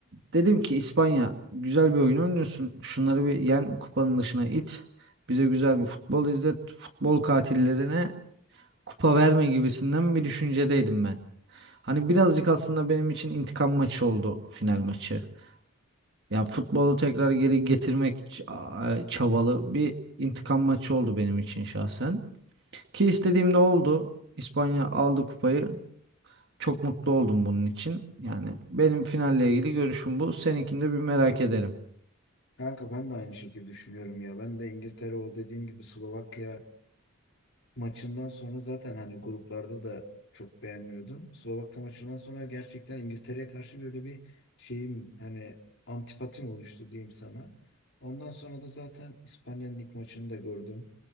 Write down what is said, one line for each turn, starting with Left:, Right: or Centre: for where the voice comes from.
Right: dedim ki İspanya güzel bir oyun oynuyorsun. Şunları bir yen kupanın dışına it. Bize güzel bir futbol izlet. Futbol katillerine kupa verme gibisinden bir düşüncedeydim ben. Hani birazcık aslında benim için intikam maçı oldu final maçı. Yani futbolu tekrar geri getirmek ç- a- çabalı bir intikam maçı oldu benim için şahsen. Ki istediğim de oldu. İspanya aldı kupayı. Çok mutlu oldum bunun için. Yani benim finalle ilgili görüşüm bu. Seninkini de bir merak ederim.
Left: Kanka ben de aynı şekilde düşünüyorum ya. Ben de İngiltere o dediğim gibi Slovakya maçından sonra zaten hani gruplarda da çok beğenmiyordum. Slovakya maçından sonra gerçekten İngiltere'ye karşı böyle bir şeyim hani antipatim oluştu diyeyim sana. Ondan sonra da zaten İspanya'nın ilk maçını da gördüm.